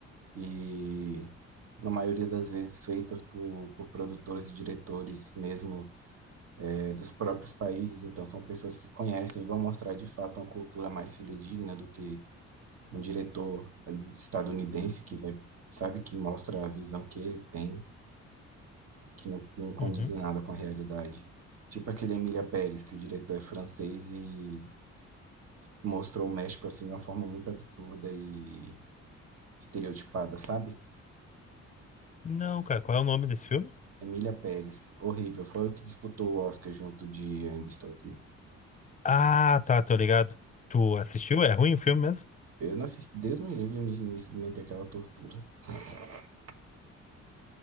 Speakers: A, on the right; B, on the left.
A: e na maioria das vezes feitas por, por produtores e diretores mesmo é, dos próprios países, então são pessoas que conhecem e vão mostrar de fato uma cultura mais fidedigna do que um diretor é, estadunidense que vai, sabe, que mostra a visão que ele tem. que não, não condiz
B: Uhum.
A: em nada com a realidade. Tipo aquele Emília Pérez, que o diretor é francês e mostrou o México assim de uma forma muito absurda e estereotipada, sabe?
B: Não, cara, qual é o nome desse filme?
A: Emília Pérez, horrível. Foi o que disputou o Oscar junto de Ainda Estou Aqui.
B: Ah, tá, tô ligado. Tu assistiu? É ruim o filme mesmo?
A: Eu não assisti, Deus me livre me, me submeter àquela tortura. <laughs>